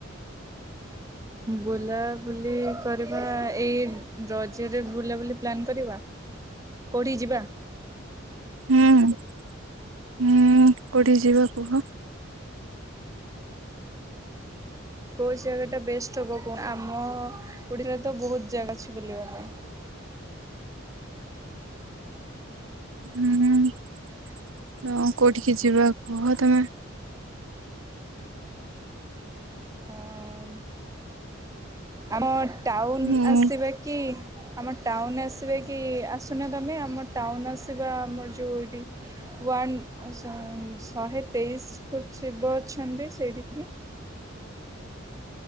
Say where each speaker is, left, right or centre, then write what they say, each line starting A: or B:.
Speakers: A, on the right (about 15°); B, on the right (about 85°).
A: ବୁଲାବୁଲି କରିବା ଏଇ ରଜରେ ବୁଲାବୁଲି ପ୍ଲାନ୍ କରିବା। କେଉଁଠି କି ଯିବା?
B: ହୁଁ ହୁଁ କୋଉଠି କି ଯିବା କୁହ?
A: କୋଉ ଜାଗାଟା ବେଷ୍ଟ ହେବ କୁହ? ଆମ ଓଡ଼ିଶାରେ ତ ବହୁତ ଜାଗା ଅଛି ବୁଲିବା ପାଇଁ।
B: ହୁଁ। ତ କୋଉଠିକି ଯିବା କୁହ ତମେ?
A: ହଁ ଆମ ଟାଉନ
B: ହୁଁ
A: ଆସିବେ କି? ଆମ ଟାଉନ ଆସିବେ କି ଆସୁନା ତମେ ଆମ ଟାଉନ ଆସିବା ଆମର ଯୋଉ ଏଠି ୱାନ ଶହେ ଶହେତେଇଶ ଫୁଟ ଶିବ ଅଛନ୍ତି ସେଠି।